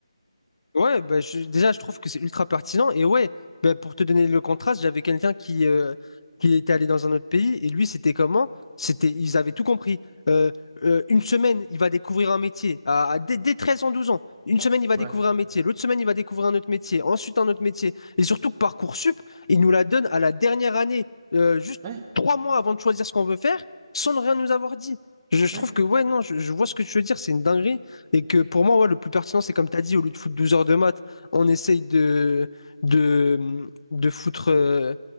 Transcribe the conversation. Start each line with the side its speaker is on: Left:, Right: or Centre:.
Left: Ouais, bah, je- déjà, je trouve que c'est ultra pertinent. Et ouais, bah, pour te donner le contraste, j'avais quelqu'un qui, euh, qui était allé dans un autre pays et lui, c'était comment? C'était, ils avaient tout compris. Euh, euh, une semaine, il va découvrir un métier. À, à- dès, dès 13 ans, 12 ans, une semaine, il va
Right: Ouais.
Left: découvrir un métier. L'autre semaine, il va découvrir un autre métier. Ensuite, un autre métier. Et surtout que Parcoursup, il nous la donne à la dernière année, euh, juste
Right: Ouais,
Left: trois mois avant de choisir ce qu'on veut faire, sans rien nous avoir dit. Je, je trouve
Right: ouais.
Left: que, ouais, non, je, je vois ce que tu veux dire. C'est une dinguerie. Et que pour moi, ouais, le plus pertinent, c'est comme tu as dit, au lieu de foutre 12 heures de maths, on essaye de, de, de foutre euh,